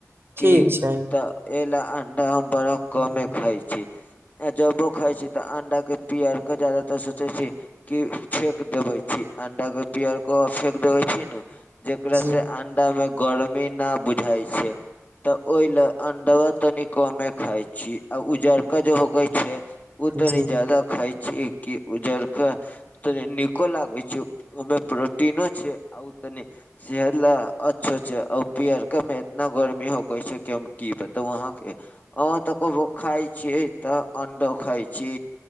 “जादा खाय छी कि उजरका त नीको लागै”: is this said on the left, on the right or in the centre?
Left